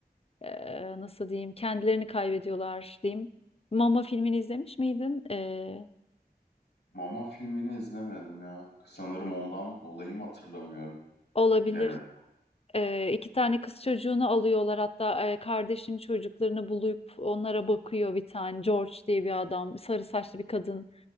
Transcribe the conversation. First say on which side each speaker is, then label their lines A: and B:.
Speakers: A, on the left; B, on the left.
A: eee, nasıl diyeyim kendilerini kaybediyorlar diyeyim. Mama filmini izlemiş miydin? Eee,
B: Mama filmini izlemedim ya. Sanırım ondan dolayı mı hatırlamıyorum.
A: olabilir.
B: Bilemedim.
A: Ee, iki tane kız çocuğunu alıyorlar hatta e, kardeşin çocuklarını bulup onlara bakıyor bir tane George diye bir adam sarı saçlı bir kadın